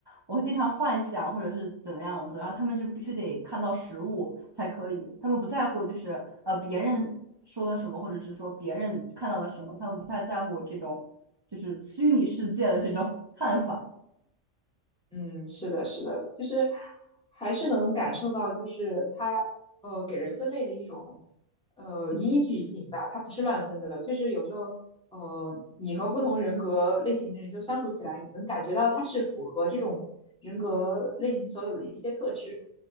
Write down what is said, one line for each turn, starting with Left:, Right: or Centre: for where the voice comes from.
Right: 我经常幻想或者是怎么样子，然后他们就必须得看到实物才可以，他们不在乎就是呃别人说了什么，或者是说别人看到了什么，他们不太在乎这种就是虚拟世界的这种 <laughs> 看法。
Centre: 嗯，是的，是的，其实还是能感受到，就是它呃给人分类的一种呃依据性吧，它不是乱分的。确实有时候呃你和不同人格类型的人就相处起来，你能感觉到它是符合这种人格类型所有的一些特质。